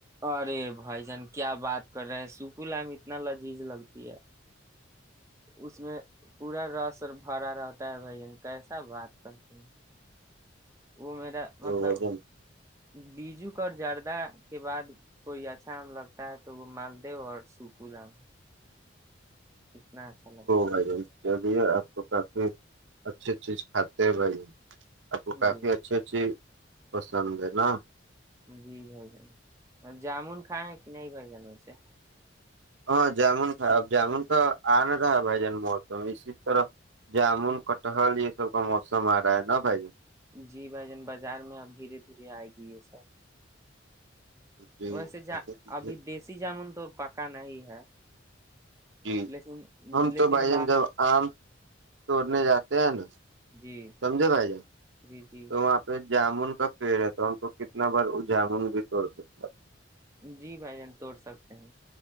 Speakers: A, on the right (about 15°); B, on the right (about 75°).
A: ارے بھائی جن کیا بات کر رہے ہیں سکلا میں اتنا لذیذ لگتی ہے اس میں پورا رس ہرا رہتا ہے بھائی جن کیسا بات کرتی ہ وہ میرا
B: او
A: مطلب بیجوک اور جردہ کے بعد کوئی اچھا آم لگتا ہے تو وہ مالدو اور سکول آم اتنا اچھا لگتا ہے
B: بھائی جان چلیے آپ کو کافی اچھی چیز کھاتے ہیں بھائی آپ کو
A: ہے
B: کافی
A: جی
B: اچھے اچھے بساند ن <unintelligible>
A: جی بھائی جان جامن کائے ہے کہ نہیں بھائی جان اسے
B: ہاں جامن خاب جامن تو آ نہ رہا ہے بھائی جان موسم اسی طرح جامن کٹہل یہ سب کا موسم آ رہا ہے نا بھائی جان
A: جی بھائی جان بازار میں اب دھیرے دھیرے آئے گی یہ سب
B: جی
A: ویسے جا ابھی دیسیی جامن تو پ پ کا نہیں ہے
B: جی
A: لیکن
B: ہم
A: لیکن
B: تو بھائی
A: باہ
B: جان جب آم توڑنے جاتے ہیں نا
A: جی
B: سمجے گائے ج
A: جی جی
B: تو اپ جامن کا پیڑ رہ ہے تو ہم کو کتنا بار وہ جامن بھی توڑ سک
A: جی بھائی جان توڑ سکتے ہیں